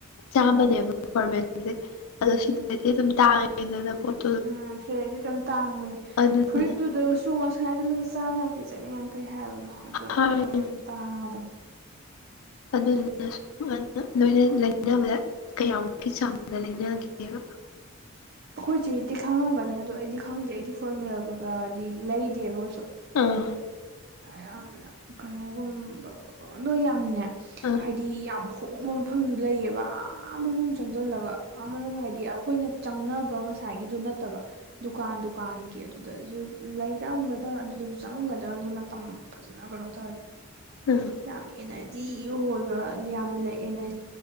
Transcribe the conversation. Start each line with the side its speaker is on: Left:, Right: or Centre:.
Right: ꯑꯥ
Left: ꯆꯥꯝꯃꯅꯦꯕ ꯐꯣꯔꯃꯦꯜꯁꯦ ꯑꯗꯣ ꯁꯤꯗꯗꯤ
Right: ꯎꯝ
Left: ꯑꯗꯨꯝ ꯇꯥꯡꯉꯦ ꯀꯗꯗꯣꯠ
Right: ꯎꯝ ꯁꯦꯗꯤ ꯑꯗꯨꯝ ꯇꯥꯡꯕꯅꯦ
Left: ꯑꯗꯨꯗꯨꯅ
Right: ꯐꯨꯔꯤꯠꯇꯨꯗ ꯆꯣꯡ ꯑꯁ꯭ꯋꯥꯏꯗ ꯂꯨꯄꯥ ꯆꯥꯝꯃ ꯌꯥꯡꯈꯩ ꯆꯅꯤ ꯌꯥꯡꯈꯩ ꯍꯥꯏꯕꯗꯣ ꯑꯗꯨꯗ
Left: ꯍꯥꯏꯔꯤꯅꯦ
Right: ꯑꯗꯨꯝ ꯇꯥꯡꯉꯗꯕ
Left: ꯑꯗꯨꯗꯨꯅꯁꯨꯨꯝꯅ ꯂꯣꯏꯅ ꯂꯩꯅꯕꯗ ꯀꯌꯥꯃꯨꯛꯀꯤ ꯆꯥꯡꯗ ꯂꯩꯅꯒꯦ ꯑꯗꯨꯒ
Right: ꯑꯩꯈꯣꯏ ꯆꯦꯗꯤ ꯈꯪꯉꯝꯒꯅꯤ ꯑꯗꯣ ꯑꯩꯗꯤ ꯈꯪꯗꯦ ꯑꯩꯗꯤ ꯐꯣꯔꯃꯦꯜꯒꯀꯥꯗꯤ ꯂꯩꯗꯦꯕ ꯀ
Left: ꯑꯥ
Right: ꯌꯥꯝꯅ ꯀꯩꯅꯣꯒꯨꯝꯕ ꯑꯗꯨ ꯌꯥꯝꯅꯦ
Left: ꯑꯥ
Right: ꯍꯥꯏꯗꯤ ꯁꯤ ꯌꯥꯝ ꯍꯣꯡꯕ ꯃꯐꯝꯁꯨ ꯂꯩꯌꯦꯕ ꯑꯥ ꯃꯅꯨꯡ ꯆꯪꯁꯤꯜꯂꯒ ꯑꯥ ꯃꯅꯨꯡ ꯍꯥꯏꯗꯤ ꯑꯩꯈꯣꯏꯅ ꯆꯪꯅꯕ ꯉꯁꯥꯏꯒꯤꯗꯨ ꯅꯠꯇꯕ ꯗꯨꯀꯥꯟ ꯗꯨꯀꯥꯟꯒꯤ ꯑꯗꯨ ꯑꯗꯨꯗꯁꯨ ꯂꯩꯔꯛꯑꯒꯗꯕ ꯑꯗꯨꯗꯁꯨ ꯆꯪꯉꯝꯒꯗꯕꯅꯤ ꯃꯇꯝ ꯐꯖꯅ ꯀꯩꯅꯣ ꯇꯧꯔꯗꯤ
Left: ꯎꯝ
Right: ꯌꯥꯝ ꯑꯦꯅꯔꯖꯤ ꯑꯣꯏꯕ ꯌꯥꯝ ꯂꯩꯑꯅ